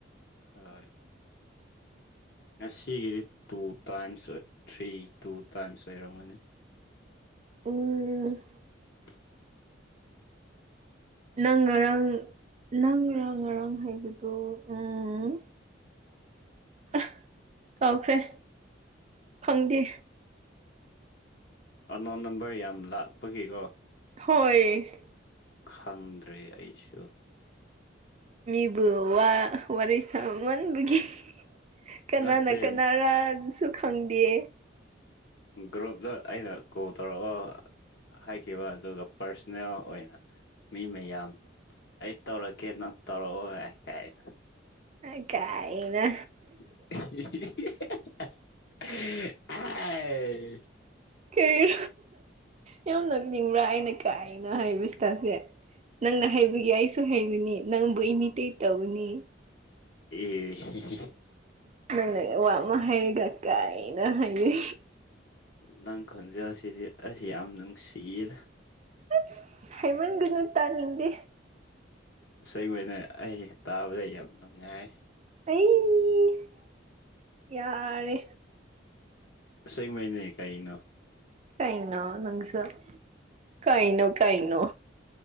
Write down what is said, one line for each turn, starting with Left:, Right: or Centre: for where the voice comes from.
Left: ꯍꯣꯏ ꯉꯁꯤꯒꯤꯗꯤ ꯇꯨ ꯇꯥꯏꯝꯁ ꯑꯣꯏ ꯊ꯭ꯔꯤ ꯇꯨ ꯇꯥꯏꯝꯁ ꯑꯣꯏꯔꯝꯒꯅꯤ
Right: ꯎꯝ
Left: <unintelligible>
Right: ꯅꯪ ꯉꯔꯥꯡ ꯅꯪꯔ ꯉꯥꯡ ꯉꯔꯥꯡ ꯍꯥꯏꯕꯗꯣ ꯎꯝ
Left: <unintelligible>
Right: ꯑ ꯀꯥꯎꯈ꯭ꯔꯦ ꯐꯪꯪꯗꯦ
Left: ꯑꯅꯣꯟ ꯅꯝꯕꯔ ꯌꯥꯝ ꯂꯥꯛꯄꯒꯤꯀꯣ
Right: ꯍꯣꯏ
Left: ꯈꯪꯗ꯭ꯔꯦ ꯑꯩꯁꯨ
Right: ꯃꯤꯕꯨ ꯋꯥ ꯋꯥꯔꯤ ꯁꯃꯟꯕꯒꯤ ꯀꯅꯥꯅ
Left: ꯅꯠꯇꯦ
Right: ꯀꯅꯥꯔꯟꯁꯨ ꯈꯪꯗꯦ
Left: ꯒ꯭ꯔꯨꯞꯇ ꯑꯩꯅ ꯀꯣꯜ ꯇꯧꯔꯑ ꯍꯥꯏꯈꯤꯕ ꯑꯗꯨꯒ ꯄꯥꯔꯁꯅꯦꯜ ꯑꯣꯏꯅ ꯃꯤ ꯃꯌꯥꯝ ꯑꯩ ꯇꯧꯔꯛꯀꯦ ꯅꯪ ꯇꯧꯔꯛꯑꯣ ꯍꯥꯏ ꯀꯥꯏꯅ
Right: ꯑ ꯒꯥꯏꯅꯥ
Left: <unintelligible> ꯑꯦ
Right: ꯀꯩ ꯌꯥꯝ ꯅꫭꯛꯅꯤꯡꯕ꯭ꯔꯥ ꯑꯩꯅ ꯀꯥꯏꯅ ꯍꯥꯏꯕꯁꯤꯇꯥꯁꯦ ꯅꯪꯅ ꯍꯩꯕꯒꯤ ꯑꯩꯁꯨ ꯍꯩꯕꯅꯤ ꯅꯪꯕꯨ ꯏꯃꯤꯇꯦꯠ ꯇꯧꯕꯅꯤ
Left: ꯑꯦ
Right: ꯅꯪꯅ ꯑꯋꯥ ꯑꯃ ꯍꯥꯏꯔꯒ ꯀꯥꯏꯅ ꯍꯥꯏꯌꯦ
Left: ꯅꯪ ꯈꯣꯟꯖꯦꯜ ꯑꯁꯤꯗꯤ ꯑꯁ ꯌꯥꯝ ꯅꯨꯡꯁꯤꯌꯦꯗ
Right: ꯑꯁ ꯍꯥꯏꯩꯃꯟꯒꯅꯨ ꯇꯥꯅꯤꯡꯗꯦ
Left: ꯏꯁꯩ ꯑꯣꯏꯅ ꯑꯩ ꯇꯥꯕꯗ ꯌꯥꯝ ꯅꯨꯡꯉꯥꯏ
Right: ꯑꯩ ꯌꯥꯔꯦ
Left: ꯑꯁꯦꯡꯕꯩꯅꯦ ꯀꯩꯅꯣ
Right: ꯀꯩꯅꯣ ꯅꯪꯁꯨ ꯀꯩꯅꯣ ꯀꯩꯅꯣ